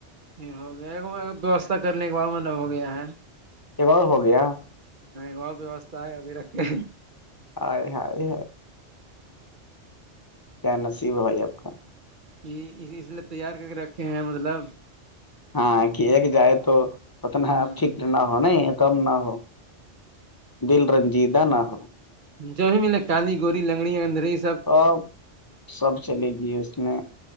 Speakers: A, on the right; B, on the left.
A: پھر ہو گیا ہے میں ووستھا کرنے کے بعد میں نہ ہو گیا ہے
B: یہ بار ہو گیا
A: نہیں اور ویوستھا ہے ابھی رکھ کے
B: ہائے ہےائے کیا نصیب ہے بھائی آپ کا
A: ج اس لیے تیار کر کے رکھے ہیں مطلب
B: ہاں کیک جائے تو اتنا
A: ہ
B: ٹھیک نہ ہو نہیں کم نہ ہو دل رنجیدہ نہ ہو
A: جو بھی ملے کالی گوری لنگڑیاں اندری
B: ا سب چلے گی اس میں